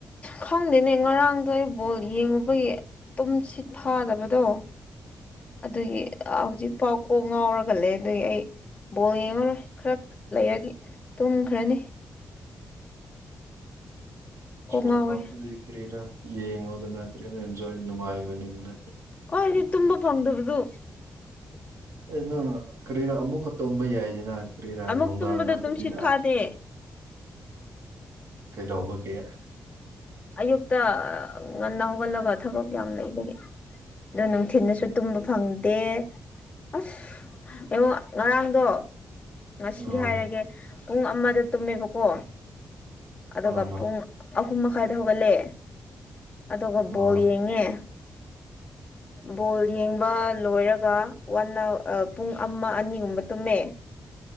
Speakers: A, on the left; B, on the right.
A: ꯈꯪꯗꯦꯅꯦ ꯉꯔꯥꯡꯗꯣ ꯑꯩ ꯕꯣꯜ ꯌꯦꯡꯉꯨꯕꯒꯤ ꯑꯗꯨꯝ ꯁꯤꯠ ꯊꯥꯗꯕ ꯗꯣ
B: <unintelligible>
A: ꯑꯗꯨꯒꯤ ꯍꯧꯖꯤꯛꯐꯥꯎ ꯀꯣꯛ ꯉꯥꯎꯔꯒꯂꯦ ꯑꯗꯨꯒꯤ ꯑꯩ ꯕꯣꯜ ꯌꯦꯡꯉꯔꯣꯏ ꯈꯔ ꯂꯩꯔꯗꯤ ꯇꯨꯝꯈ꯭ꯔꯅꯤ ꯀꯣꯛ ꯉꯥꯎꯋꯦ
B: ꯣ ꯀꯥꯗꯤ ꯀꯔꯤꯔ ꯌꯦꯉꯣ ꯑꯦꯟꯖꯩꯅꯅ
A: ꯍꯣꯏꯅꯦ ꯇꯨꯝꯕ ꯐꯪꯗꯕꯗꯨ
B: ꯑꯦ ꯅꯪ ꯀꯔꯤꯔ ꯑꯃꯨꯛꯀ ꯇꯣꯡꯝꯕ ꯌꯥꯏꯁꯤ ꯅꯍꯥꯟ ꯀ ꯀ꯭ꯔꯤꯔꯥ
A: ꯑꯃꯨꯛ
B: ꯅꯨꯡꯗꯥꯡ
A: ꯇꯨꯝꯕꯗꯣ
B: ꯅꯠꯇꯕꯤꯗ
A: ꯇꯨꯝꯁꯤꯠ ꯐꯥꯗꯦ
B: ꯀꯩꯗꯧꯕꯒꯦ
A: ꯑꯌꯨꯛꯇ ꯉꯟꯅ ꯍꯧꯒꯠꯂꯒ ꯊꯕꯛ ꯌꯥꯝ ꯂꯩꯕꯗꯒꯤ ꯑꯗꯣ ꯅꯨꯡꯊꯤꯅꯁꯨ ꯇꯨꯝꯕ ꯐꯪꯗꯦ ꯑꯁ ꯏꯉꯨꯡ ꯉꯔꯥꯡꯗ ꯉꯁꯤ
B: ꯑꯥ
A: ꯍꯥꯏꯔꯒꯦ ꯄꯨꯡ ꯑꯃꯗ ꯇꯨꯝꯃꯦꯕꯀꯣ ꯑꯗꯨꯒ
B: ꯍꯣꯏ ꯍꯣꯏ
A: ꯄꯨꯡ ꯑꯍꯨꯝ ꯄꯨꯡ ꯃꯈꯥꯏꯗ ꯍꯧꯒꯠꯂꯦ ꯑꯗꯨꯒ
B: ꯑꯣ
A: ꯕꯣꯜ ꯌꯦꯡꯉꯦ ꯕꯣꯜ ꯌꯦꯡꯕ ꯂꯣꯏꯔ ꯑꯗꯨꯒ ꯋꯥꯟ ꯄꯨꯡ ꯑꯃ ꯑꯅꯤꯒꯨꯝꯕ ꯇꯨꯝꯃꯦ